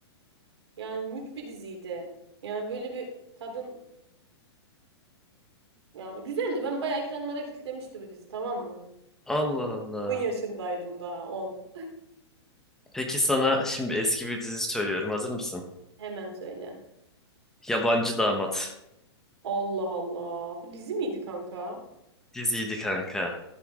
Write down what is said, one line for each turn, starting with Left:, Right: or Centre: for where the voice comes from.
Right: Yani mük bir diziydi. Yani böyle bir kadın yani güzeldi. Ben bayağı ekranlara kilitlemişti bu dizi tamam mı?
Centre: Allah Allah.
Right: On yaşındaydım daha On.
Centre: Peki sana şimdi eski bir dizi söylüyorum. Hazır mısın?
Right: Hemen söyle.
Centre: Yabancı Damat.
Right: Allah Allah. Bu dizi miydi kanka?
Centre: Diziydi kanka.